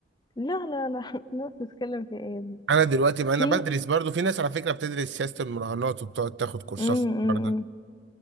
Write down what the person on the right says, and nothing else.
أنا دلوقتي ما
أنا بدرس برضو في ناس على فكرة بتدرس سياسة المراهنات وبتقعد تاخد كورسات
في الحوار ده